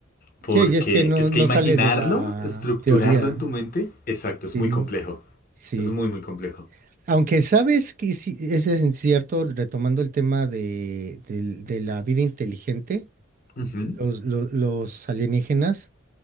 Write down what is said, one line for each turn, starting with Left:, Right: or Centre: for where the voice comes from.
Left: Porque
Right: Sí, y es que no,
Left: es
Right: no
Left: que imaginarlo,
Right: sale de la
Left: estructurarlo
Right: teoría.
Left: en tu mente, exacto, es
Right: Sí,
Left: muy complejo.
Right: sí.
Left: Es muy, muy complejo.
Right: Aunque sabes que sí, ese es cierto, retomando el tema de, del- de la vida inteligente,
Left: Ujú.
Right: los, lo- los alienígenas,